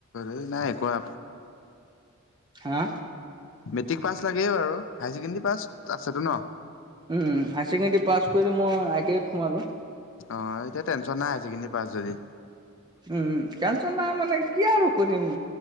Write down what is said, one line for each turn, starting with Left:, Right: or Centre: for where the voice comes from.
Left: এই নাই একোৱা
Right: হা
Left: মেট্ৰিক পাছ লাগেই বাৰু, হায়াৰ ছেকেণ্ডেৰী পাছ আছেতো ন?
Right: হায়াৰ ছেকেণ্ডেৰী পাছ কৰি মই আই টি আইত সোমালোঁ।
Left: অ' এতিয়া টেনচন নাই হাই ছেকেণ্ডেৰী পাছ যদি।
Right: উম, টেনচন নাই মানে কি আৰু কৰিম